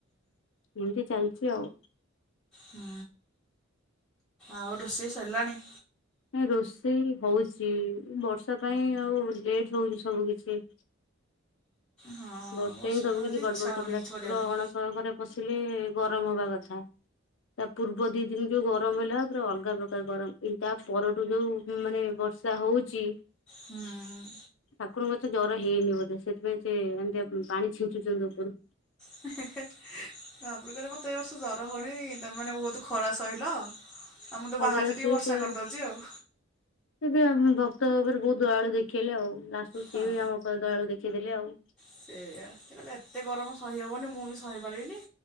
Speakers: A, on the left (about 65°); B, in the centre.
A: ଏମିତି ଚାଲିଛି ଆଉ।
B: ହୁଁ। ଆଉ ରୋଷେଇ ସରିଲାଣି?
A: ରୋଷେଇ ହଉଛି ବର୍ଷା ପାଇଁ ଆଉ ଲେଟ୍ ହଉଛି ସବୁ କିଛି।
B: ହଁ
A: ବର୍ଷେ
B: ବର୍ଷା
A: ହିଁ ସବୁ
B: ତ
A: କିଛି
B: ହଉଛି
A: ଗଡ
B: ଇଚ୍ଛା
A: ଗଡ
B: ହଉନି
A: କରିଦେଲା।
B: କିଛି
A: ଠାକୁର
B: କରିବା ପାଇଁ।
A: ଅଣସର ଘରେ ପଶିଲେ ଗରମ ହବା କଥା। ତା ପୂର୍ବ ଦି ଦିନ ଯୋଉ ଗରମ ହେଲା ପୁରା ଅଲଗା ପ୍ରକାର ଗରମ। ଏ ତା ପରଠୁ ଯୋଉ ମାନେ ବର୍ଷ ରସା ହଉଛି
B: ହୁଁ।
A: ଠାକୁରଙ୍କୁ ଏତେ ଜ୍ଵର ହେଇନି ବୋଧେ ସେଥିପାଇଁ ସେ <unintelligible> ପାଣି ଛିଞ୍ଚୁଛନ୍ତି ଉପରୁ।
B: ହେ ହେ ହେ। ଭାବୁଥିଲେ ମୋତେ ଏ ବର୍ଷ ଜର ହଉନେଇ ତମେ ମାନେ ବହୁତ ଖରା ସହିଲ। ଆଉ ମୁଁ ତ
A: ହଁ
B: ବାହାରିଚି
A: ପରା ସିଏ
B: ଟିକେ ବର୍ଷା
A: ସେ
B: କରିଦଉଛି ଆଉ।
A: ସେ ବି ଆମେ ଭକ୍ତ ଉପରେ ବହୁତ ଦୟାଳୁ ଦେଖେଇଲେ ଆଉ। ଲାଷ୍ଟକୁ ସିଏ
B: ହଁ
A: ବି ଆମ ଉପରେ ଦୟାଳୁ ଦେଖେଇଦେଲେ ଆଉ।
B: ସେଇଆ କହିଲେ ଏତେ ଗରମ ସହି ହବନି ମୁଁ ବି ସହିପାରିବିନି।